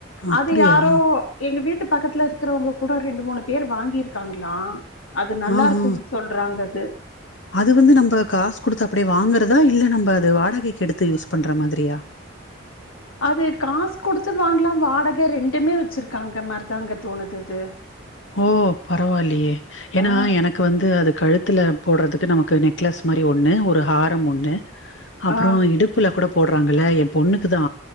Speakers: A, on the left (about 65°); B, on the left (about 85°).
A: அப்டியா
B: அது யாரோ எங்க வீட்டு பக்கத்துல இருக்கிறவங்க கூட ரெண்டு மூணு பேர் வாங்கியிருக்காங்களா அது நல்லா
A: ஆஹா
B: இருக்குன்னு சொல்கறாங்கது
A: அது வந்து நம்ம காசு குடுத்து அப்டியே வாங்குறதா இல்ல நம்ம அது வாடகைக்கு எடுத்து யூஸ் பண்ற மாதிரியா
B: அது காசு கொடுத்து வாங்கலாம் வாடகை ரெண்டுமே வச்சிருக்காங்க மாரிதாங்க தோணுதது
A: ஓ பரவாயில்லயே ஏன்னா
B: ஆ
A: எனக் கு வந்து அது கழுத்துல போடுறதுக்கு நமக்கு நெக்லஸ் மாரி ஒண்ணு ஒரு ஹாரம் ஒண்ணு அப்புறோ
B: ஆ
A: இடுப்புல கூட போடுறாங்கள எ பொண்ணுக்கு தா